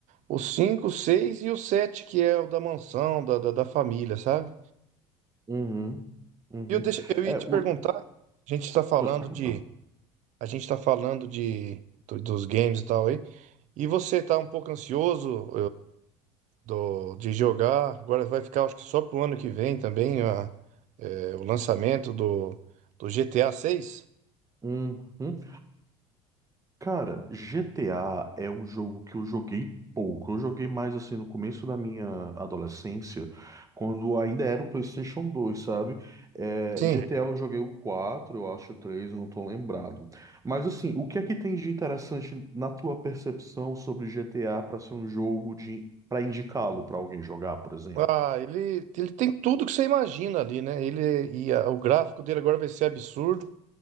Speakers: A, on the right; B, on the right.
A: o 5, o 6 e o 7 que é o da mansão, da, da, da família, sabe?
B: uhum, uhum.
A: E eu, deixo, eu
B: É,
A: ia te perguntar,
B: o,
A: a gente está falando
B: pode perguntar.
A: de. A gente tá falando de do- dos games e tal aí. E você tá um pouco ansioso? do, de jogar. Agora vai ficar, acho que só pro ano que vem também, a- é, o lançamento do, do GTA 6.
B: Uhum. Cara, GTA é um jogo que eu joguei pouco. Eu joguei mais assim no começo da minha adolescência, quando ainda era o PlayStation 2, sabe? É,
A: Sim.
B: GTA eu joguei o 4, eu acho o 3, eu não tô lembrado. Mas assim, o que é que tem de interessante na tua percepção sobre GTA para ser um jogo de para indicá-lo para alguém jogar, por exemplo?
A: Ah, ele, ele tem tudo que você imagina ali, né? Ele, e a- o gráfico dele agora vai ser absurdo.